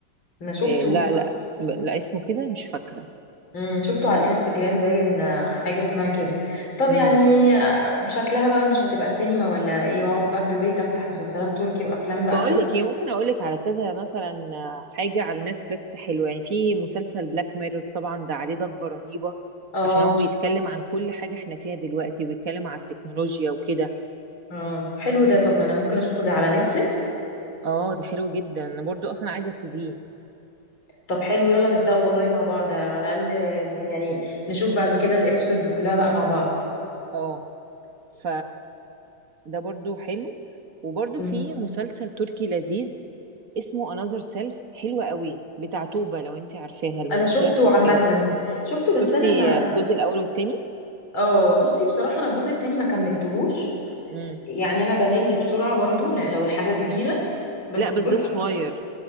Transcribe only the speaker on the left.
انا شفته
امم شفته على الانستجرام باين آه، حاجة اسمها كده طب يعني
آه، شكلها بقى مش هتبقى سينما ولا ايه واقعد بقى في البيت افتح مسلسلات تركي وافلام بقى
تركي
اه
اه حلو ده طب ما انا ممكن اشوفه ده على نتفليكس
طب حلو يلا نبدأ والله مع بعض على الاقل آه، يعني نشوف بعد كده الابيسودز كلها بقى مع بعض
مم.
انا شفته
عامة شفته بس
انا ما
اه بصي بصراحة انا الجزء التاني ما كملتهوش
يعني انا بمل بسرعة برضو لا- لو الحاجة كبيرة بس
الجزء